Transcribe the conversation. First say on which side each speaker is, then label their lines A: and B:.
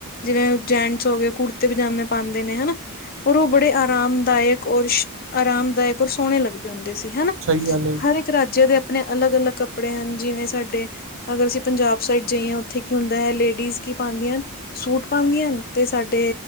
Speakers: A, on the left; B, on the right.
A: ਜਿਵੇਂ ਜੈਂਟਸ ਓ ਗਏ ਕੁੜਤੇ ਪਜਾਮੇ-ਪਾਂਦੇ ਨੇ ਹੇਨਾ ਔਰ ਓਹ ਬੜੇ ਆਰਾਮਦਾਇਕ ਔਰ, ਆਰਾਮਦਾਇਕ ਔਰ ਸੋਹਣੇ ਲੱਗਦੇ ਹੁੰਦੇ ਸੀ ਹੇਨਾ
B: ਸਈ ਗੱਲ ਹੈ।
A: ਇਕ ਰਾਜੇ ਦੇ ਆਪਣੇ ਅਲੱਗ-ਅਲੱਗ ਕੱਪੜੇ ਹਨ ਜਿਵੇਂ ਸਾਡੇ ਅਗਰ ਅਸੀ ਪੰਜਾਬ ਸਾਈਡ ਜਾਈਏ ਓੱਥੇ ਕੀ ਹੁੰਦਾ ਹੈ ਲੇਡੀਜ਼ ਕੀ ਪਾਂਦੀਆਂ ਹਨ। ਸੂਟ ਪਾਦੀਆਂ ਹਨ ਤੇ ਸਾਡੇ